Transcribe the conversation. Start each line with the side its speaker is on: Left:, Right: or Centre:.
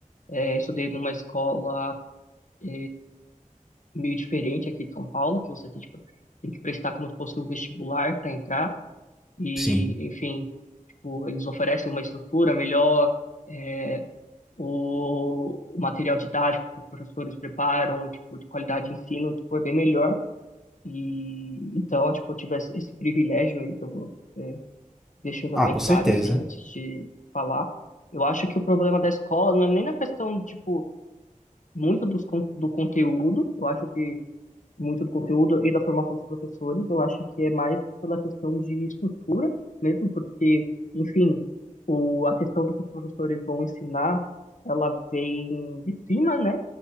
Left: É, estudei numa escola é, meio diferente aqui de São Paulo, que você tem, tipo, tem que prestar como se fosse um vestibular para entrar. E,
Centre: Sim.
Left: enfim, tipo, eles oferecem uma estrutura melhor, é, o, o material didático que os professores preparam, tipo, de qualidade de ensino, tipo, é bem melhor. E então, tipo, eu tive esse esse privilégio aí, que eu vou deixando
Centre: Ah,
Left: bem
Centre: com
Left: claro,
Centre: certeza.
Left: assim, antes de falar. Eu acho que o problema da escola não é nem na questão, tipo, muito dos, con- do conteúdo, eu acho que muito do conteúdo e da formação dos professores, eu acho que é mais pela questão de estrutura mesmo, porque, enfim, o, a questão do que os professores vão ensinar, ela vem de cima, né?